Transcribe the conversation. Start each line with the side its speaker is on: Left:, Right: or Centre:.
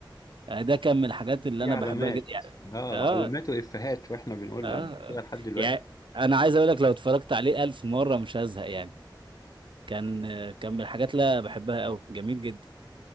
Right: آه، ده كان من الحاجات اللي
Left: في
Right: انا
Left: علامات
Right: بحبها جدا يعني
Left: اه
Right: اه
Left: علامات وافيهات واحنا بنقولها
Right: اه
Left: بعد كده لحد دلوقتي
Right: يعني انا عايز اقول لك لو اتفرجت عليه الف مره مش هزهق يعني كان كان من الحاجات اللي أنا بحبها قوي جميل جدا